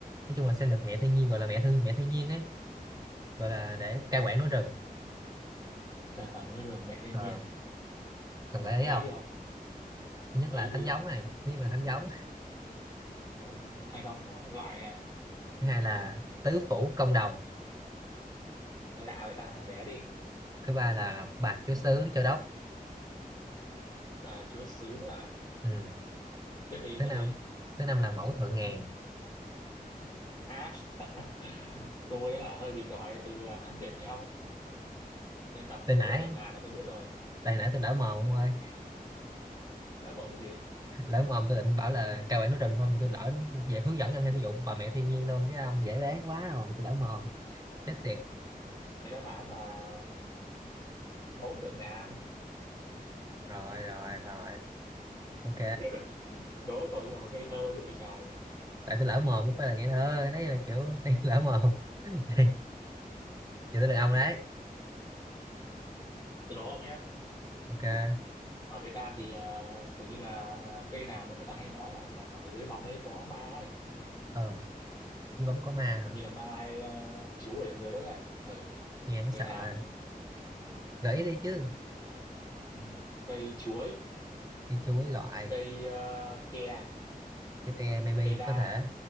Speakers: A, on the right; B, on the left.
A: nói chung là xem được mẹ thiên nhiên gọi là mẹ thiên mẹ thiên nhiên ấy gọi là để
B: ừ.
A: cai quản núi rừng
B: tài khoản núi rừng mẹ thiên
A: Ờ,
B: nhiên
A: cần gợi
B: gợi
A: ý không
B: ý đi ông
A: thứ nhất
B: gợi
A: là
B: ý đi
A: thánh giống này thứ nhất là thánh giống
B: Ờ, thằng đóng loại nè
A: thứ hai là tứ phủ công đồng
B: nghe lạ vậy ta đẻ đi
A: thứ ba là bà chúa xứ châu đốc
B: bà chúa xứ à
A: Ừm,
B: tiếp đi
A: thứ
B: tiếp
A: năm
B: đi
A: thứ năm là mẫu thượng ngàn
B: à <laughs> tôi hả hơi bị giỏi từ à, Hán Việt như ông nên đọc
A: tên
B: cái mẫu
A: nãy
B: thượng ngàn là tôi biết rồi
A: tại nãy tôi lỡ mồm ông ơi
B: lỡ mồm cái gì
A: lỡ mồm tôi định bảo là cao bản nói rừng thôi mà tôi lỡ về hướng dẫn em thêm cái vụ bà mẹ thiên nhiên luôn cái ông dễ đoán quá rồi tôi lỡ mồm chết
B: ừ.
A: tiệt
B: cái đáp án là mẫu thượng ngàn
A: rồi rồi rồi ok
B: <laughs> đố tôi là một ngây thơ dữ vậy trời
A: tại tôi lỡ mồm chứ không phải là ngây thơ đấy là kiểu <laughs> đây lỡ mồm <laughs> Đây, giờ tới lượt ông đấy
B: tôi đố ông nhé
A: ok
B: ở Việt Nam thì ờ, kiểu như là cây nào mà người ta hay nói là ở dưới bóng đấy có ma ấy
A: ờ chứ bóng có ma hả
B: như là mai ờ, chú ở dưới đấy này ừ,
A: nghe thấy
B: cây
A: sợ
B: nào
A: rồi. gợi ý đi chứ
B: Ừm, cây chuối
A: cây chuối loại
B: cây ờ, tre
A: cái tre maybe
B: cây đa
A: có thể